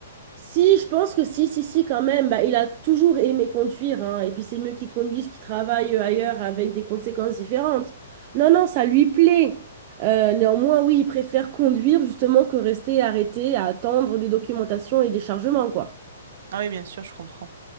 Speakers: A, on the right; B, on the right.
A: Si, je pense que si, si, si, quand même, bah, il a toujours aimé conduire, hein, et puis c'est mieux qu'il conduise, qu'il travaille euh, ailleurs avec des conséquences différentes. Non, non, ça lui plaît. Euh, néanmoins, oui, il préfère conduire justement que rester arrêté à attendre des documentations et des chargements, quoi.
B: Ah oui, bien sûr, je comprends.